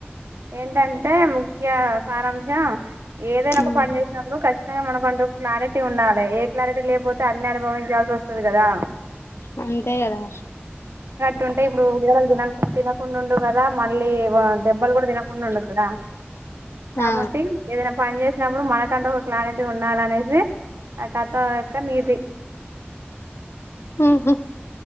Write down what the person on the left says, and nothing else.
ఉమ్
అంతే కదా
ఆ
ఉహు